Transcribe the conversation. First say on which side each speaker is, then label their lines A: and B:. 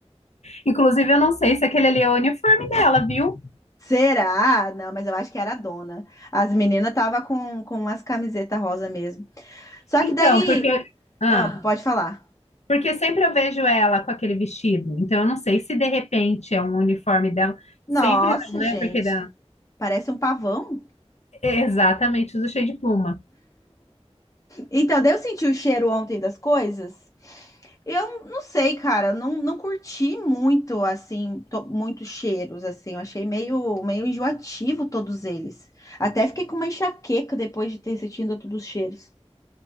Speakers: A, on the left (about 80°); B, on the left (about 30°).
A: Inclusive, eu não sei se aquele ali é o uniforme dela, viu?
B: <laughs> Será? Não, mas eu acho que era a dona. As meninas tava com, com umas camisetas rosa mesmo. Só
A: Então,
B: que daí.
A: porque, ah,
B: Ah, Ah, pode falar.
A: porque sempre eu vejo ela com aquele vestido. Então, eu não sei se de repente é um uniforme dela.
B: Nossa,
A: Sempre não, né?
B: gente.
A: Porque da
B: Parece um pavão.
A: Exatamente, os do Cheio de Pluma.
B: Então, daí eu senti o cheiro ontem das coisas. Eu não sei, cara, não, não curti muito, assim, to- muitos cheiros, assim. Eu achei meio, meio enjoativo todos eles. Até fiquei com uma enxaqueca depois de ter sentido todos os cheiros.